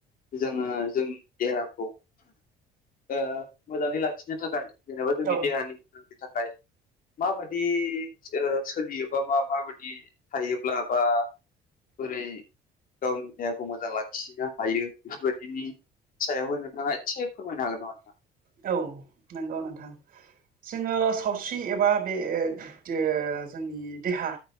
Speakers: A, on the left (about 55°); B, on the right (about 60°).
A: जोङो जोंनि देहाखौ ओ मोजाङै लाखिनो थाखाय जेनेबा जोंनि
B: औ
A: देहानि मांनि थाखाय माबादि ओ सोलियोबा मा माबायदि थायोब्ला बा बोरै गावनि देहाखौ मोजां लाखिनो हायो बेफोरबायदिनि सायावायबो नोंथाङा एसे फोरमायनोहागोन नामा ना?
B: औ नों गौ नोंथां जोङो सावस्रि एबा बे ओ दो जोंनि देहा